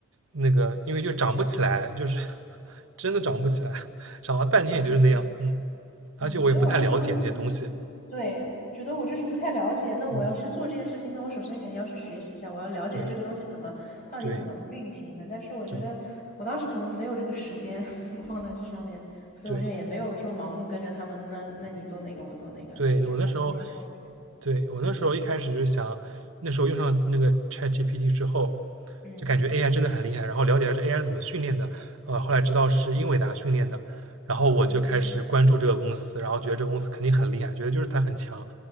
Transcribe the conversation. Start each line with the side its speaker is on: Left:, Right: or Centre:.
Right: 那个因为就涨不起来，就是 <laughs> 真的涨不起来，涨了半天也就是那样，
Left: 我觉得，
Right: 嗯，
Left: 对，
Right: 而且我也不太了解那些东西，
Left: 我觉得我要做，对，我觉得我就是不太了解。那我要去做这件事情，
Right: 嗯，
Left: 那我首先肯定要去学习一下，我要了解这个东西怎么到底怎么运行的。
Right: 对对
Left: 但是我觉得我当时可能没有这个时间
Right: 对
Left: <laughs> 放在这上面，所以我就也没有说盲目跟着他们。
Right: 对
Left: 那那你做哪个，我做哪个，
Right: 对，
Left: 就这样，
Right: 我那时候
Left: 我也没有去。
Right: 对，我那时候一开始就想，那时候用上那个 ChatGPT 之后，
Left: 嗯
Right: 就感觉 AI 真的很厉害，然后了解下这 AI 怎么训练的，呃，后来知道是英伟达训练的，然后我就开始关注这个公司，
Left: 嗯
Right: 然后觉得这个公司肯定很厉害，觉得就是它很强，